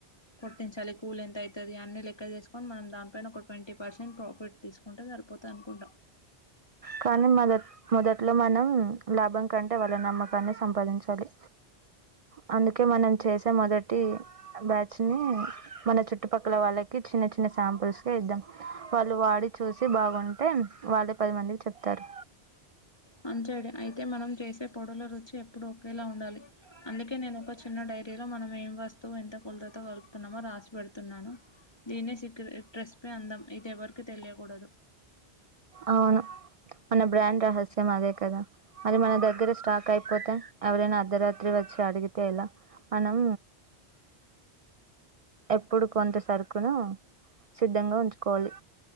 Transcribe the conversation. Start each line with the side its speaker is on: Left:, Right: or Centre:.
Left: కొట్టించాలి కూలి ఎంత అవుతుంది అన్నీ లెక్క చేసుకొని మనం దానిపైన ఒక ట్వంటీ పర్సెంట్ ప్రాఫిట్ తీసుకుంటే సరిపోతుంది అనుకుంటా
Right: కానీ మొద మొదట్లో మనం లాభం కంటే వాళ్లనమ్మకాన్ని సంపాదించాలి ఆ అందుకే మనం చేసే మొదటి బ్యా మన చుట్టుపక్కల వాళ్ళకి చిన్న చి శాంపిల్స్ ఇద్దాం వాళ్లు వాడి చూస్తే బాగుంటే వాళ్లే పదిమందికి చెప్తా చెప్తారు
Left: మంచోడు అయితే మనం చేసే పొడుల రుచి ఎప్పుడు ఒకేలా ఉండాలి అందుకే నేను ఒక చిన్న డైరీలో మనం ఏం వస్తువు ఎంత కులతతో కలుపుతున్నామో రాసి పెెడుతున్నాను దీన్ని సీక్రెట్ రెసిపీ అందాం ఇది ఎవరికి తెలియకూడదు
Right: అవును మన బ్రాండ్ రహస్యం అదే కదా మరి మన దగ్గర స్టాక్ అయిపోతే ఎవరైనా అర్ధరాత్రి వచ్చి అడిగితే ఇలా మనం ఎప్పుడు కొంత సరుకును సిద్ధంగా ఉంచుకోవాలి